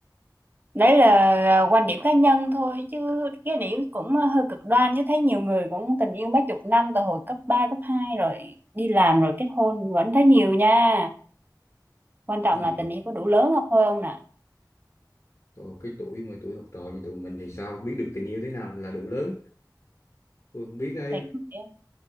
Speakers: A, on the right; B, on the left.
A: đấy là quan điểm cá nhân thôi chứ cái điểm cũng ờ, hơi cực đoan chứ thấy nhiều người cũng tình yêu mấy chục năm từ hồi cấp 3 cấp 2 rồi đi làm rồi kết hôn vẫn thấy nhiều nha quan trọng
B: gì
A: là tình yêu có đủ lớn không thôi ông nè
B: Thôi, cái tuổi mà tuổi học trò như tụi mình thì sao biết được tình yêu thế nào là đủ lớn tôi không biết đây
A: thì có nghĩa,